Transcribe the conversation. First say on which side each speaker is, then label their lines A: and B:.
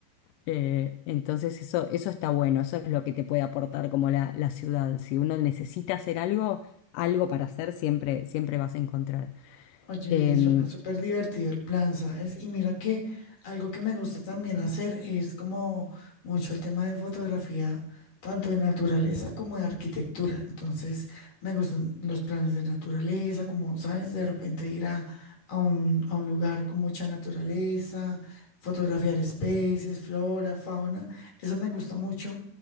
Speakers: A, on the left; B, on the left.
A: Eh, entonces eso, eso está bueno, eso es lo que te puede aportar como la, la ciudad. Si uno necesita hacer algo, algo para hacer siempre, siempre vas a encontrar.
B: Oye,
A: Em,
B: suena súper divertido el plan, ¿sabes? Y mira que algo que me gusta también hacer es como mucho el tema de fotografía, tanto de naturaleza como de arquitectura. Entonces, me gustan los planes de naturaleza, como, ¿sabes? De repente ir a, a un, a un lugar con mucha naturaleza, fotografiar especies, flora, fauna. Eso me gusta mucho.